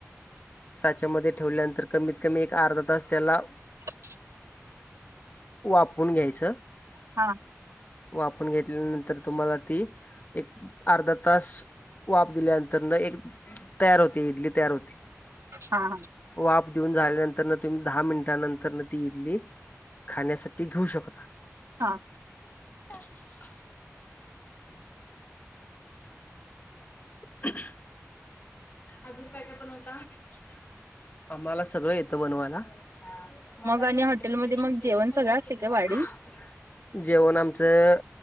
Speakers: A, on the left; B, on the right.
A: साच्यामध्ये ठेवल्यानंतर कमीत कमी एक अर्धा तास त्याला
B: <inaudible>
A: वापून घ्यायच.
B: हा हा
A: वापून घेतल्यानंतर तुम्हाला ती, एक अर्धा तास. वाफ दिल्यानंतर न एक, तयार होती इडली तयार होती.
B: हा.
A: वाफ देऊन झाल्यानंतर तुम्ही दहा मिनिटानंतर ती इडली खाण्यासाठी घेऊ शकता.
B: हा.
A: <unintelligible> <unintelligible> अजून काय काय बनवता काय काय बनवता. आम्हाला सगळं येत बनवायला, हा मग कणी
B: आणि
A: हॉटेल
B: हॉटेलमध्ये
A: मध्ये
B: मग
A: जेवणं
B: जेवण
A: सगळ
B: सगळं
A: असतय
B: असते काय वाडी
A: <unintelligible> जेवण आमचं,